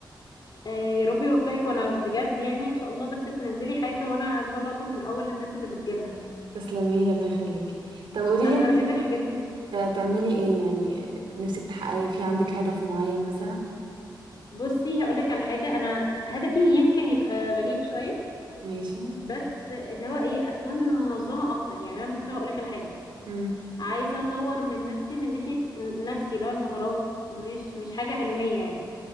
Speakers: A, on the left; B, on the right.
A: آه، يا رب يوفقك وانا بجد يعني ان شاء الله بس تنزلي حاجه وانا ان شاء الله اكون من اول الناس اللي بتجيبها
B: تسلمي لي الله يخليكي طب قولي
A: انا
B: لي انت
A: بحب الحاجات دي جدا
B: تعملي ايه يعني نفسك تحققي في عندك هدف معين مثلا
A: بصي هقول لك على حاجه انا هدفي يمكن يبقى غريب شويه
B: ماشي
A: بس اللي هو ايه اكون منظمه اكتر يعني انا مثلا هقول لك على حاجه
B: مم.
A: عايزه اطور من نفسي من ناحيه نفسي اللي هو المهارات مش مش حاجه علميه يعني